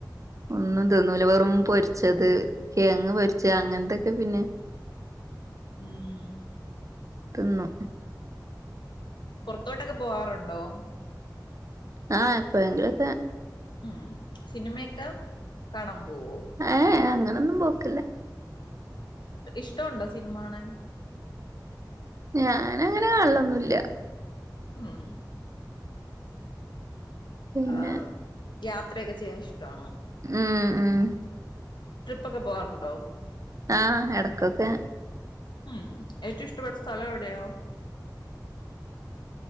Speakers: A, on the right (about 45°); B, on the left (about 80°).
A: ഒന്നും തിന്നൂല വെറും പൊരിച്ചത് കേങ്ങ് പൊരിച്ച അങ്ങനത്തെക്കെ പിന്നെ <inaudible>
B: ഉം
A: തിന്നു
B: പുറത്തോട്ടൊക്കെ പോവാറുണ്ടോ
A: ആഹ് എപ്പോഴെങ്കിലും ഒക്കെ
B: ഉം സിനിമയൊക്കെ കാണാൻ പോവോ
A: ഏഹ അങ്ങനൊന്നും പോക്കില്ല
B: ഇ ഇഷ്ടുണ്ടോ സിനിമ കാണാൻ
A: ഞാന് അങ്ങനെ കാണാലോന്നുമില്ല
B: മ്മ്
A: പിന്നെ
B: ആഹ് യാത്രയൊക്കെ ചെയ്യാൻ ഇഷ്ടാണോ
A: മ് മ്മ്
B: ട്രിപ്പ്ക്കെ പോകറുണ്ടോ
A: ആഹ് എടക്കൊക്കെ
B: ഉം ഏറ്റവും ഇഷ്ടപ്പെട്ട സ്ഥലം എവിടെയോ